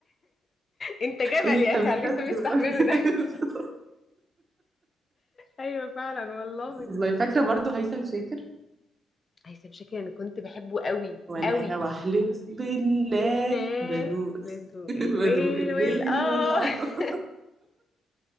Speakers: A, on the left; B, on the right.
A: انت جبل
B: انت
A: يا اخي
B: مستسلم
A: على اللي انت مستحمله
B: أوي. <laughs>
A: ده ايوه فعلا والله
B: والله فاكره برضو هيثم شاكر
A: هيثم شاكر انا كنت بحبه قوي
B: وانا
A: قوي
B: واحلف بالله
A: لله
B: بدوق
A: للدو
B: <laughs>
A: الويل
B: بدوق الليل
A: ويل اه
B: والقمر
A: <laughs>